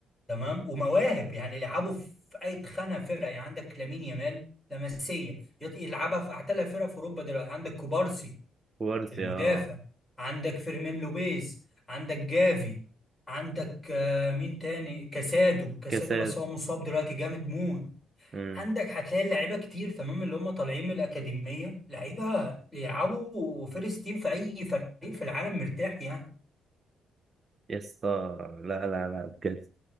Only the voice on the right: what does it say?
كوارسي
اه
كاسات
امم
يسطا لا لا لا بجد